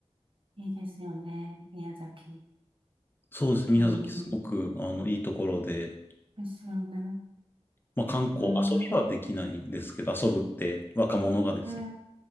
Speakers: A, on the right; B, on the left.
A: え、いいですよね。宮崎。
B: そうですね宮崎すごく、
A: うん。
B: あの、いいところで、
A: ですよね。
B: まあ観光、
A: うん。
B: 遊びはできないですけど、遊ぶって若者がですね。
A: ね